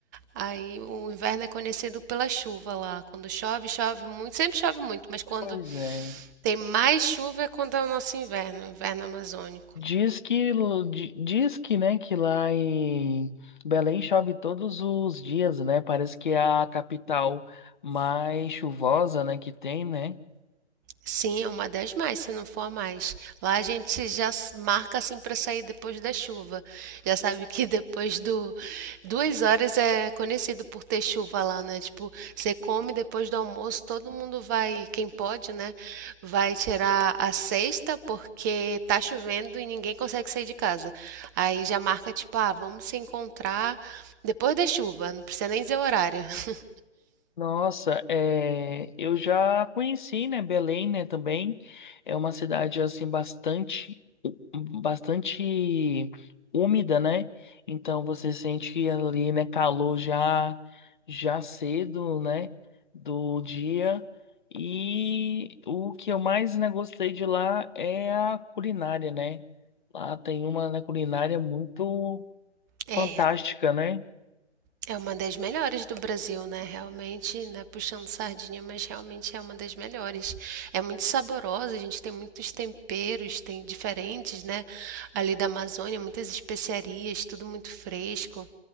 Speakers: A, on the right; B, on the left.
A: Aí o inverno é conhecido pela chuva lá. Quando chove, chove muito. Sempre chove muito, mas quando
B: Pois é.
A: tem mais chuva é quando é o nosso inverno, o inverno amazônico.
B: Diz que, di- diz que, né, que lá em Belém chove todos os dias, né? Parece que é a capital mais chuvosa, né, que tem, né?
A: Sim, é uma das mais, se não for a mais. Lá a gente já s- marca assim para sair depois da chuva. Já sabe que depois do duas horas é conhecido por ter chuva lá, né? Tipo, você come depois do almoço, todo mundo vai, quem pode, né? Vai tirar a cesta porque tá chovendo e ninguém consegue sair de casa. Aí já marca tipo, ah, vamos se encontrar depois da chuva, não precisa nem dizer o horário. <laughs>
B: Nossa, é, eu já conheci, né, Belém, né, também. É uma cidade, assim, bastante, bastante úmida, né? Então você sente ali, né, calor já, já cedo, né, do dia. E o que eu mais, né, gostei de lá é a culinária, né? Lá tem uma, né, culinária muito
A: É.
B: fantástica, né?
A: É uma das melhores do Brasil, né, realmente, né, puxando sardinha, mas realmente é uma das melhores. É muito saborosa, a gente tem muitos temperos, tem diferentes, né, ali da Amazônia, muitas especiarias, tudo muito fresco.